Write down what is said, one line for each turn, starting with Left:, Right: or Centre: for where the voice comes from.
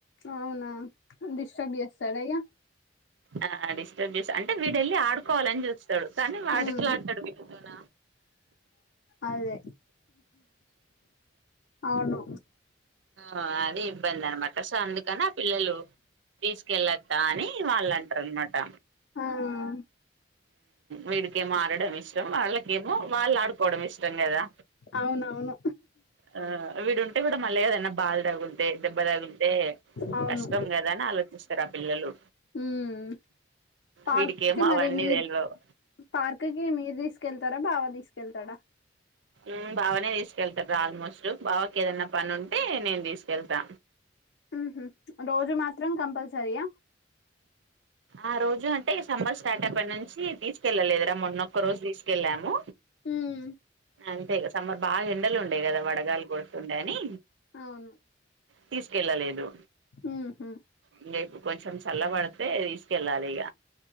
Left: అవునా డిస్టర్బ్ చేస్తడ ఇగ
Right: ఆ డిస్టర్బ్ చే అంటే వీడేళ్ళి ఆడుకోవాలని చూస్తాడు కానీ వాడు
Left: ఉమ్
Right: ఇట్లా అంటాడు విడితోన
Left: అదే అవును
Right: ఆ అది ఇబ్బంది అనమాట సో అందుకని ఆ పిల్లలు తీసుకెళ్ళత్తా అని వాళ్ళంటరు అన్నమాట
Left: ఆ
Right: వీడికేమో ఆడడం ఇష్టం వాళ్ళకేమో వాళ్ళు ఆడుకు పోవడం ఇష్టం కదా
Left: అవునవును
Right: ఆ వీడు ఉంటే కూడా మళ్ళీద బాల్దగులుతే దెబ్బ తగులుతే
Left: అవును
Right: కష్టం కదా అని ఆలోచిస్తరు ఆ పిల్లలు
Left: ఉమ్ పార్క్కి
Right: వీడికేమో
Left: మరి
Right: అవన్నీ
Left: మీరు
Right: తెల్వవ్
Left: పార్క్కిి మీరు తీసుకెళ్తారా బావ తీస్ తీసుకెళ్తాడా
Right: ఊ బావనే తీసుకెళ్తార్ర ఆల్మోస్ట్ బావకి ఏదనా పని ఉంటే నేను తీసుకెళ్తా
Left: ఉహు రోజు మాత్రం కంపల్సరియా
Right: ఆ రోజు అంటే సమ్మర్ స్టార్ట్ అప్ప నుంచి తీసుకెళ్ళలేదురా మొన్నొక్క రోజు తీసుకెళ్ళాము
Left: ఉమ్
Right: అంతేగా సమ్మర్ బాగా ఎండలు ఉండే కదా వడగాలి కొడుతుండే అని
Left: అవును
Right: తీసుకెళ్ళలేదు
Left: ఉహు
Right: ఇంగ ఇప్పు కొంచెం చల్ల పడితే తీసుకెళ్ళాలి ఇగ